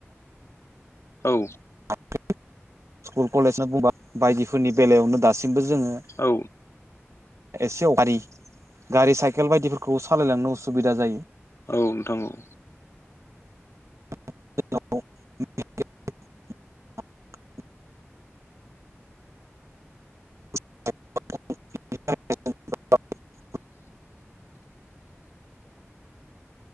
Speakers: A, on the left; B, on the right.
A: औ।
B: <inaudible> स्कुल कलेजनो बुंबा बायदिफोरनि बेलायावनो दासिमबो जोङो
A: औ।
B: एसेयाव गारि गारि साइकेल बायदिफोरखौ सालायलांनो उसुबिदा जायो।
A: औ नोंथां औ।
B: <unintelligible> <inaudible>
A: <unintelligible>